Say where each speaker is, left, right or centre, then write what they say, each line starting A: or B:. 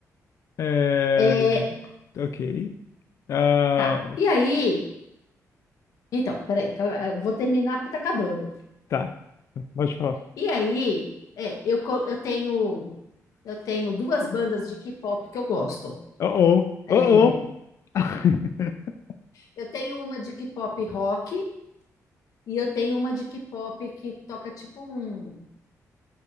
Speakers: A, on the left; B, on the left.
A: É,
B: É,
A: ok. Ah,
B: tá. E aí, então, peraí, que eu eu vou terminar porque tá acabando.
A: tá. Pode falar.
B: E aí, é, eu, co- eu tenho eu tenho duas bandas de K-pop que eu gosto.
A: Oh,
B: É,
A: oh, oh, oh. <laughs>
B: Eu tenho uma de K-pop rock e eu tenho uma de K-pop que toca tipo um,